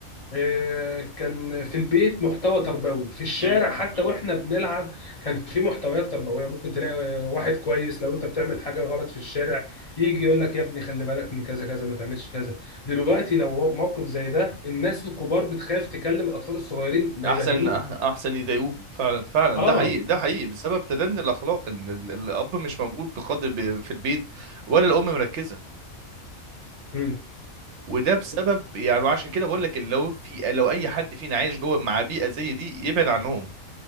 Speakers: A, on the left; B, on the right.
A: آه، كان في البيت محتوى تربوي في الشارع
B: امم،
A: حتى
B: امم.
A: واحنا بنلعب كان في محتويات تربويه ممكن تلاقي واحد كويس لو انت بتعمل حاجه غلط في الشارع يجي يقول لك يا ابني خلي بالك من كذا كذا ما تعملش كذا دلوقتي لو موقف زي ده الناس الكبار بتخاف تكلم الاطفال الصغيرين لا
B: احسن
A: يبهدلوهم
B: احسن يضايقوهم فعلا فعلا
A: اه
B: ده حقيقي ده حقيقي بسبب تدني الاخلاق ان ال- الاب مش موجود بقدر ب- في البيت ولا الام مركزه
A: مم.
B: وده بسبب يعني وعشان كده بقول لك لو في لو اي حد فينا عايش جوه مع بيئه زي دي يبعد عنهم